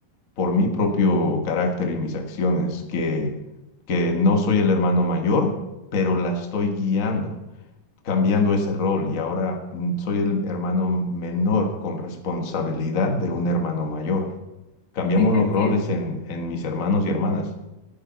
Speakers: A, on the left; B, on the left.
A: por mi propio carácter y mis acciones, que, que no soy el hermano mayor, pero la estoy guiando, cambiando ese rol y ahora mm, soy el hermano menor con responsabilidad de un hermano mayor. Cambiamos
B: sí te
A: los
B: entiendo.
A: roles en, en mis hermanos y hermanas.